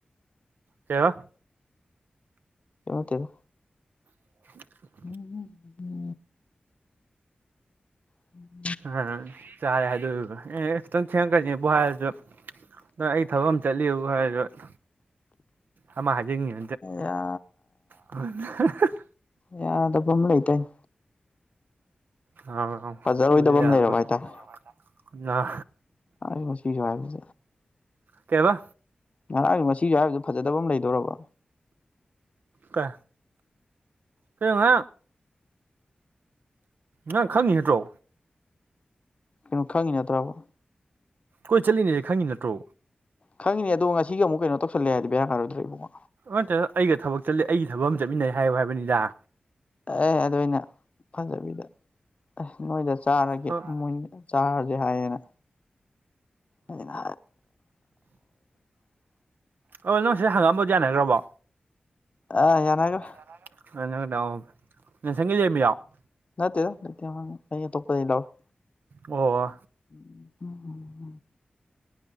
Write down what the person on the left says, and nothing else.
ꯀꯩꯩꯝꯅꯠꯇꯦꯗ
ꯎꯝ <unintelligible> ꯎꯝ <unintelligible>
ꯌꯥ
ꯌꯥꯗꯕ ꯑꯃ ꯂꯩꯇꯩꯅꯦ
ꯐꯖꯔꯣꯏꯗꯕ
ꯑꯃ ꯂꯩꯔꯕ ꯍꯥꯏꯇꯥꯔꯦ ꯉꯁꯤꯁꯨ ꯍꯥꯏꯕꯁꯦ
ꯉꯥꯏꯍꯥꯛ ꯉꯁꯤꯁꯨ ꯍꯥꯏꯕꯗꯨꯣ ꯐꯖꯗꯕ ꯑꯃ ꯂꯩꯗꯣꯔꯕ
ꯀꯩꯅꯣ ꯈꯪꯉꯤ ꯅꯠꯇ꯭ꯔꯕ
ꯈꯪꯉꯥꯅꯦ ꯑꯗꯣ ꯉꯁꯤ ꯑꯃꯨꯛ ꯀꯩꯅ ꯇꯧꯁꯜꯂꯦ ꯍꯥꯏꯗꯤ ꯕꯔꯥ ꯀꯥꯔꯣꯏꯗ꯭ꯔꯣ ꯏꯕꯨꯉꯣ
ꯑꯦ ꯑꯗꯨꯅ ꯐꯖꯕꯤꯗ ꯑꯦ ꯅꯣꯏꯗ ꯆꯥꯔꯒꯦ
ꯃꯣꯏ ꯆꯥꯔꯒꯦ ꯍꯥꯏꯌꯦꯅ ꯑꯩꯅ
ꯑ ꯌꯥꯅꯒ꯭ꯔꯦ
ꯅꯠꯇꯦꯗ ꯅꯠꯇꯦ ꯑꯩ ꯑꯇꯣꯞꯄꯗꯒꯤ ꯂꯧꯔꯦ
ꯎꯝ ꯍꯨꯝ